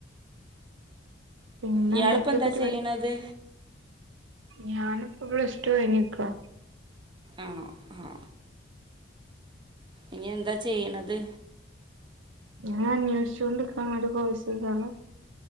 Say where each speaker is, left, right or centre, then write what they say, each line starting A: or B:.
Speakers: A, on the right; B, on the right.
A: പിന്നെ
B: ഇയാളിപ്പോ
A: എന്തൊക്കെയാ
B: എന്താ
A: പരിപാടി
B: ചെയ്യണത്
A: ഞാനിപ്പൊ പ്ലസ് റ്റൂ കഴിഞ്ഞിക്കാ
B: ആണോ ആ ഇനി എന്താ ചെയ്യണത്?
A: ഞാൻ അന്വേഷിച്ചൊണ്ട്ക്കാണ് ഒരു കോയിസ്ക്കാന്ന്.